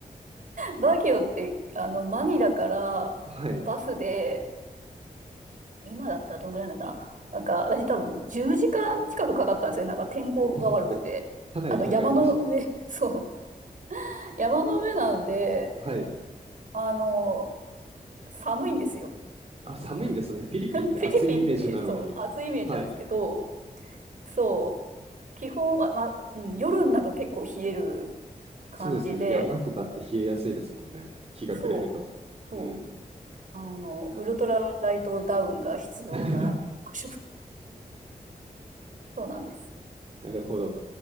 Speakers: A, on the right; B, on the right.
A: バギオって、あの、マニラからバスで、
B: <laughs> はい、
A: 今だったらどんぐらいなんだな。なんか、私多分10時間近くかかったんですよ。なんか天候が悪くて。
B: おおかなりかかりましたね。
A: あの、山の上、<laughs> そう。山の上なんで、
B: はい。
A: あの、寒いんですよ。
B: あ、寒いんですね。フィリピンって暑いイメージなのに。
A: <laughs> フィリピンって、そう、暑いイメージなんですけど、
B: はい。
A: そう、基本は、まあ、うん、夜になると結構冷える感じで、
B: そうですね。山とかって冷えやすいですもんね。日が暮れると。
A: そう、そう、
B: うんうん。
A: あの、
B: なる
A: ウルトラライトダウンが必要な場所、
B: <laughs>、
A: そうなんです。
B: なるほど。